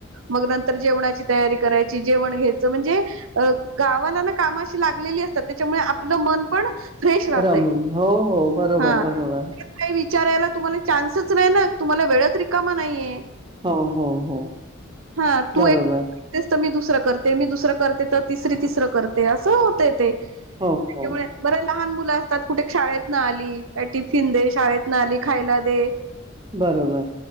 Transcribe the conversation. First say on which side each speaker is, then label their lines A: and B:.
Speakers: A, on the right; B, on the right.
A: मग नंतर जेवणाची तयारी करायची जेव घच म्हणजे गावा कामा लागलेली असतात त्याच्यामुळे आपलं मन पण फ्रेश राहतय
B: रमून हो हो बरोबर
A: हा
B: बरोबर
A: काही विचारायला तुम्हाला चा्सच नाही ना तुम्हाला वेळच रिकामा नाहीये
B: हो हो हो
A: हा तू
B: बरोबर
A: एकतेस तर मी दुसर कर मी दुसरं करते तर तिसर तिसर करते असं होत ते
B: हो
A: त्याच्यामुळे
B: हो
A: ब लहान मुलं असतात कुठे शाळेत न आली टिफिन दे शाळेत न आली खायला दे
B: बरोबर